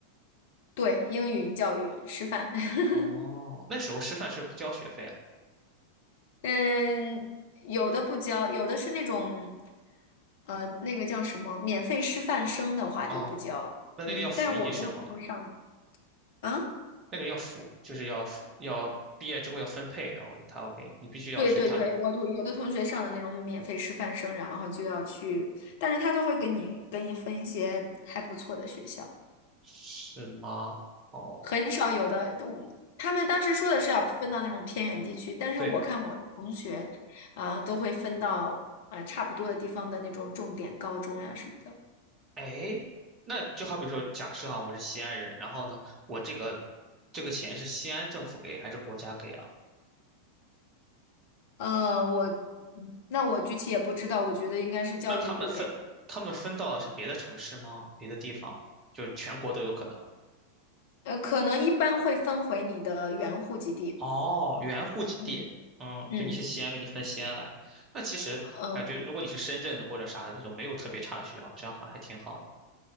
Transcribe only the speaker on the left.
对，英语教育师范，<laughs>
嗯，有的不教，有的是那种呃那个叫什么免费师范生的话就不教，
嗯，但我没有上啊，
对对对，我同有的同学上的那种免费师范生，然后就要去，但是他都会给你给你分一些还不错的学校。
很少有的，都他们当时说的是要分到那种偏远地区，但是我看我的同学，
啊、都会分到呃差不多的地方的那种重点高中呀什么的。
呃，我那我具体也不知道，我觉得应该是教育部给的，
呃，可能一般会分回你的原户籍地。
嗯
嗯
嗯，